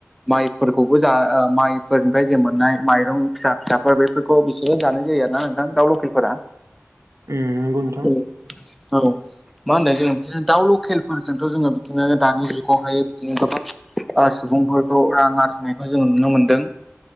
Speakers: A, in the centre; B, on the right.
A: माइफोरखौबो जा ओ माइफोरनिफ्राय जों मोननाय माइरं फिसा फिसाफोर बे फोरखौ बिसोरो जानाय जायो आरो ना नोंथां दाउ लकेलफोरा।
B: उम नोंगौ नोंथां।
A: औ औ। मा होनदों जोङो बिदिनो दाउ लकेलफोरजोंथ' जोङो बिदिनो दानि जुगावहाय बिदिनो गोबां ओ सुबुंफोरखौ रां आरजिनायखौ जोङो नुनो मोनदों।